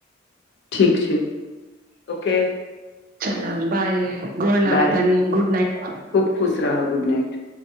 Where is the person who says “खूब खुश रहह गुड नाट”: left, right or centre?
Left